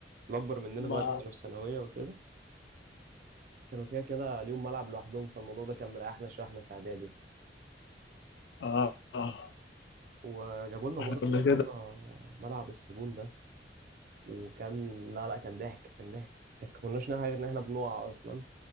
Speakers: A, on the right; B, on the left.
A: الأكبر مننا
B: ما
A: بقى اللي كانوا في ثانوية وكده كانوا كده كده ليهم ملعب لوحدهم فالموضوع ده كان مريحنا شوية احنا في إعدادي
B: اه اه
A: وجابوا لنا
B: احنا
A: مرة
B: كنا كده
A: مرة ملعب الصابون ده وكان لا لا كان ضحك كان ضحك ما كناش نعرف غير إن إحنا بنقع أصلا